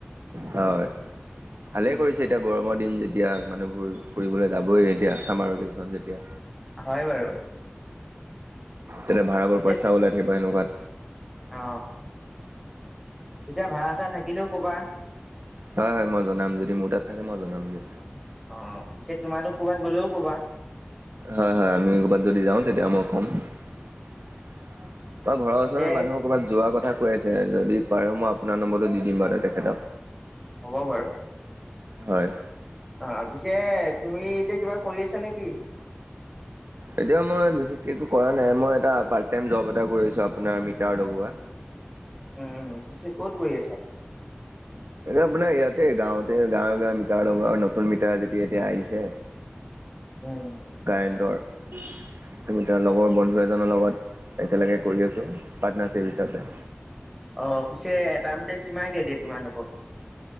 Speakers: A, on the right; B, in the centre.
A: হয় ভালে
B: উম
A: কৰিছে এতিয়া গৰমৰ দিন যে এতিয়া মানুহবোৰ ফুৰিবলৈ যাবই এতিয়া চামাৰ ভেকেশচন যেতিয়া
B: হয় বাৰু
A: তেয়া ভড়াবোৰইা
B: পিছে
A: ওাই থাকিব এনেুৱাত
B: অ পিছে ভাড়া চা থাকিলেও কবা
A: হয় হয় মই জনাম যদি মোৰ তাত থাকে মই জনাম দিয়
B: অ পিছে তোমাৰো কৰবাত গলেও ক'বা
A: হয় হয় আমি কৰ'বাত যদি যাওঁ তেতিয়া মই কম আমাৰ ঘৰৰ
B: পিছে
A: ওচৰৰে মানুহ ক'ৰবাত যোৱা কথা কৈ আছে যদি বাৰ মই আপোনাৰ নম্বৰো দি দিম বাৰু তেখেত
B: হ'ব বাৰু
A: হয়
B: অ পিছে তুমি এতিয়া কিবা কৰি আছা নেকি
A: এতিয়া মই বিশেষকৈ একো কৰা নাই মই এটা প তাইম জাব এটা কৰিছো আপোনাৰ মিটাৰ লগোৱা
B: উম পিছে ক'ত কৰি আছা
A: আপোনাৰ ইয়াতে গাঁৱতে গাঁৱে গাঁৱ মিটাৰ লগত নতুন মিটাৰ যেতিয়া এতিয়া আহিছে
B: উম
A: কাৰেণ্টৰ তমি ত লগৰ বন্ধু এজনৰ লগত একেলগে কৰি আছোঁ পাৰ্টনাৰশ্বিপ হিচাপে
B: অ পিছে তামতে তোমাই কেই দিয়ে তোমালোকক